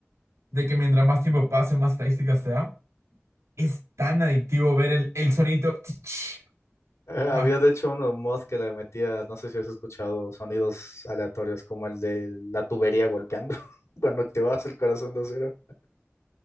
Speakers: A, on the right; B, on the left.
A: de que mientras más tiempo pase, más estadísticas se da. Es tan adictivo ver el, el sonito <tsk>
B: Eh,
A: más.
B: había de hecho unos mods que le metía, no sé si has escuchado, sonidos aleatorios como el de la tubería golpeando <laughs> cuando activabas el corazón de cero.